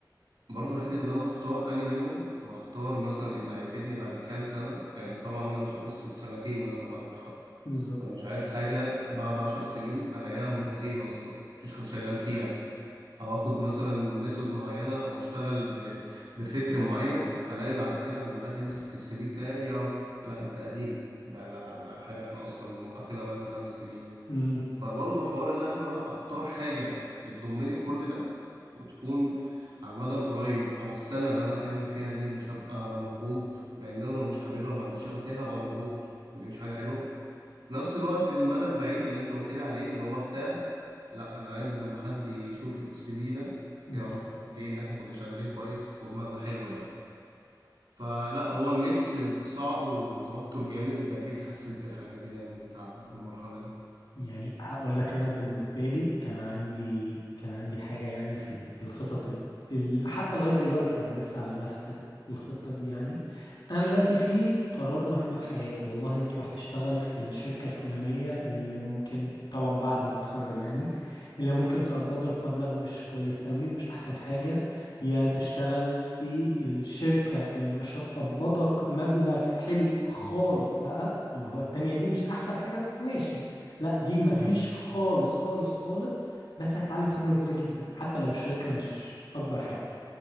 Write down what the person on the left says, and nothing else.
بالظبط
م،
بالظبط
يعني هقول لك انا بالنسبه لي كان عندي كان عندي حاجه يعني في ال- في الخطط ال... ال... حتى لغايه دلوقتي انا لسه على نفس ال- الخطه دي يعني انا دلوقتي في قرار مهم في حياتي والله يا تروح تشتغل في الشركه الفلانيه اللي ممكن طبعا بعد ما تتخرج يعني اللي ممكن تقبضك مبلغ مش كويس قوي ومش احسن حاجه يا تشتغل في الشركه اللي مش هتقبضك مبلغ حلو خالص بقى اللي هو التانية دي مش احسن حاجه بس ماشي لا دي مفيش
خالص خالص خالص بس هتتعلم خبرة كبيرة جدا حتى لو الشركة مش أكبر حاجة